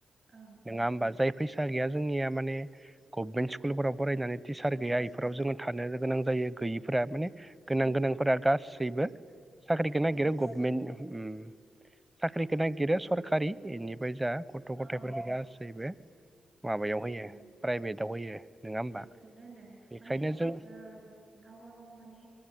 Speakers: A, on the right; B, on the right.
A: ओं
B: नङा
A: ओं
B: होमबा जाय फैसा गैया जोंनिया माने गभमेन्ट स्कुलफोराव फरायनानै टिचार
A: गभमेन्ट
B: गैया इफोराव
A: स्कुलाव
B: जोङो थानो गोनां जायो गैयिफोरा माने गोनां
A: बे
B: गोनांफोरा गासैबो साख्रिखौ
A: प्राइभेट
B: नागिरो गभमेन्ट
A: स्कुलाव
B: ओम साख्रिखौ नागिरो सरकारि इनिफाय जा गथ गथाइफोरखौ
A: औ ओं
B: गासैबो माबायाव होयो
A: ओं
B: प्राइभेटाव होयो नङा होमबा
A: थिगखौनो होनदों
B: बेखायनो
A: माने
B: जों
A: ओ गावबा गाव माने